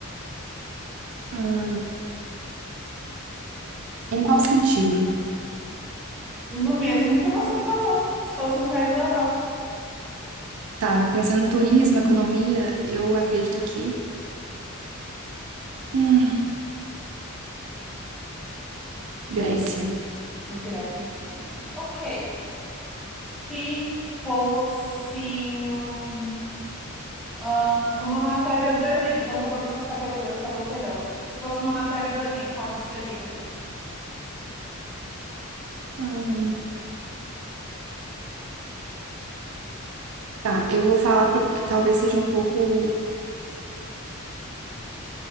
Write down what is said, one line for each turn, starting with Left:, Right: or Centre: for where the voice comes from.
Right: Hum, Em qual sentido?
Centre: No mesmo que você falou, se fosse um país da Europa.
Right: Tá, pensando em turismo, economia, eu acredito que. Hum, Grécia.
Centre: Grécia. Ok. Se fosse hum, ah, uma matéria do Enem, eu tô roubando suas categorias porque eu gostei delas. Se fosse uma matéria do Enem, qual que seria?
Right: Hum. Tá, eu vou falar pro- que talvez seja um pouco